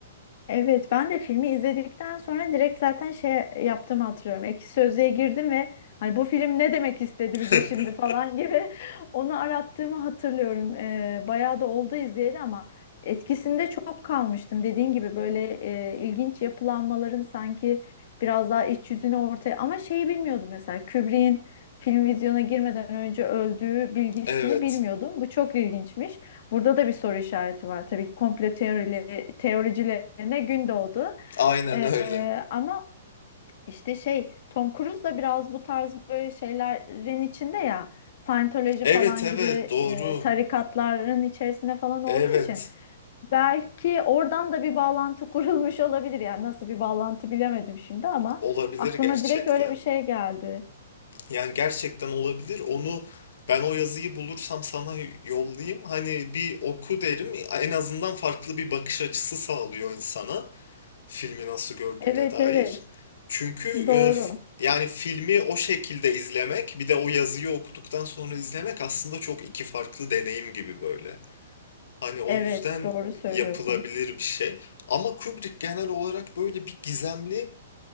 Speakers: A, on the left (about 45°); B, on the left (about 65°).
A: Evet, ben de filmi izledikten sonra direkt zaten şey yaptığımı hatırlıyorum. Ekşi Sözlüğe girdim ve hani bu film ne demek istedi
B: <laughs>
A: bize şimdi falan gibi <laughs> onu arattığımı hatırlıyorum. Ee, bayağı da oldu izleyeli ama etkisinde çok kalmıştım. Dediğin gibi böyle e, ilginç yapılanmaların sanki biraz daha iç yüzünü ortaya ama şeyi bilmiyordum mesela Kubrick'in film vizyona girmeden önce öldüğü bilgisini
B: Evet,
A: bilmiyordum. Bu çok ilginçmiş. Burada da bir soru işareti var tabii ki komplo teorileri, teoricilerine gün doğdu.
B: aynen
A: Ee,
B: öyle.
A: ama işte şey Tom Cruise da biraz bu tarz böyle şeylerin içinde ya Scientology
B: Evet
A: falan
B: evet
A: gibi
B: doğru.
A: e, tarikatların içerisinde falan olduğu
B: Evet
A: için belki oradan da bir bağlantı <laughs> kurulmuş olabilir. Yani nasıl bir bağlantı bilemedim şimdi ama
B: olabilir
A: aklıma
B: gerçekten.
A: direkt öyle bir şey geldi.
B: Yani gerçekten olabilir. Onu ben o yazıyı bulursam sana yollayayım. Hani bir oku derim. En azından farklı bir bakış açısı sağlıyor insana filmi nasıl gördüğüne
A: Evet
B: dair.
A: evet
B: Çünkü e,
A: doğru.
B: f- yani filmi o şekilde izlemek bir de o yazıyı okuduktan sonra izlemek aslında çok iki farklı deneyim gibi böyle. Hani o
A: Evet
B: yüzden
A: doğru söylüyorsun.
B: yapılabilir bir şey. Ama Kubrick genel olarak böyle bir gizemli